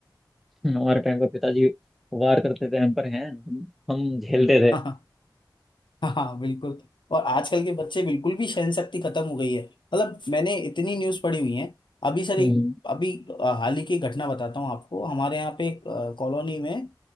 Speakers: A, in the centre; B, on the left (about 80°).
A: हमारे टाइम पर पिताजी वार करते थे हम पर हैं हम हम झेलते थे
B: <laughs> हाँ बिल्कुल और आजकल के बच्चे बिल्कुल भी सहन शक्ति खत्म हो गई है मतलब मैंने इतनी न्यूज़ पढ़ी हुई है अभी सर
A: हम्म
B: एक अभी अ, हाल ही की घटना बताता हूँ आपको हमारे यहाँ पे एक अ, कॉलोनी में